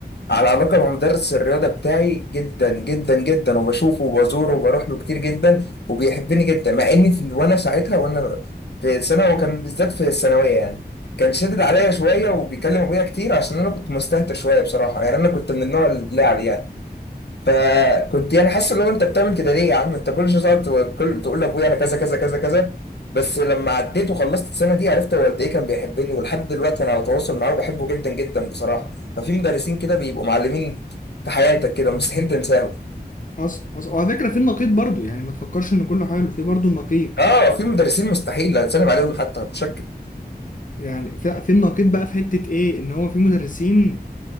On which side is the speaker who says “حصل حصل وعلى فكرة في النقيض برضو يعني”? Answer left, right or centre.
Left